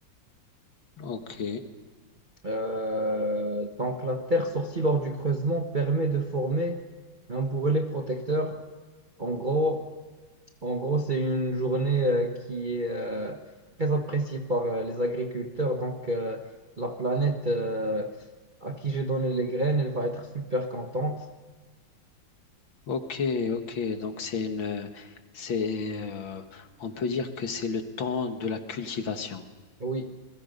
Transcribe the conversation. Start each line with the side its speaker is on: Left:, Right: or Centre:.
Left: Ok.
Right: Euh, donc, la terre sortie lors du creusement permet de former un bourrelet protecteur. En gros, en gros, c'est une journée euh, qui est euh, très appréciée par euh, les agriculteurs. Donc, euh, la planète euh, à qui j'ai donné les graines, elle va être super contente.
Left: Ok, ok. Donc c'est une, euh, c'est, euh, on peut dire que c'est le temps de la cultivation.
Right: Oui,